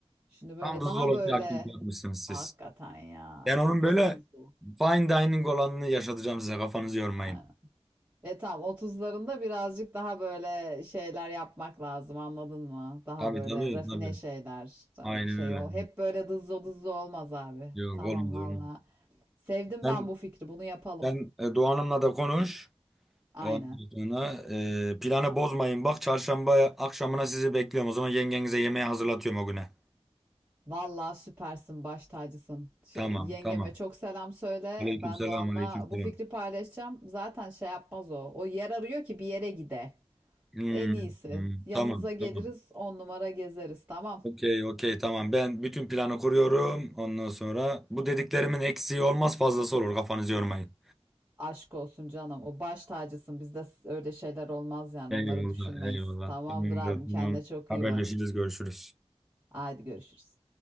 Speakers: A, on the right (about 25°); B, in the centre.
A: Şimdi böyle
B: Tam da
A: daha
B: zooloji
A: böyle
B: aktivite yapmışsınız siz.
A: Hakikaten ya.
B: Ben onun
A: Çok
B: böyle
A: pis tuzlu.
B: fine dining olanını yaşatacağım size kafanızı yormayın.
A: Aynen. E tamam 30'larında birazcık daha böyle şeyler yapmak lazım anladın mı? Daha
B: Tabii
A: böyle
B: tabii
A: rafine
B: tabii.
A: şeyler. Tabii
B: Aynen
A: şey
B: öyle.
A: ol. Hep böyle dızlı dızlı olmaz abi.
B: Yok
A: Tamam
B: olmaz
A: valla.
B: olmaz.
A: Sevdim
B: Sen,
A: ben bu fikri. Bunu yapalım.
B: sen e, Doğan Hanım'la da konuş.
A: Aynen.
B: Ondan sonra e, planı bozmayın. Bak çarşamba akşamına sizi bekliyorum. O zaman yengenize yemeği hazırlatıyorum o güne.
A: Valla süpersin, baş tacısın. Şey,
B: Tamam
A: yengeme
B: tamam.
A: çok selam söyle.
B: Aleykümselam
A: Ben Doğan'la
B: aleykümselam.
A: bu fikri paylaşacağım. Zaten şey yapmaz o. O yer arıyor ki bir yere gide.
B: Hmm,
A: En iyisi.
B: hmm,
A: Yanınıza
B: tamam
A: geliriz,
B: tamam.
A: on numara gezeriz. Tamam.
B: Okey, okey, tamam. Ben bütün planı kuruyorum. Ondan sonra bu dediklerimin eksiği olmaz, fazlası olur. Kafanızı yormayın.
A: Aşk olsun canım. O baş tacısın. Bizde öyle şeyler olmaz yani.
B: Eyvallah,
A: Onları düşünmeyiz.
B: eyvallah.
A: Tamamdır
B: Tamamdır,
A: abim.
B: tamam.
A: Kendine çok
B: Haberleşiriz,
A: iyi bak.
B: görüşürüz.
A: Haydi görüşürüz.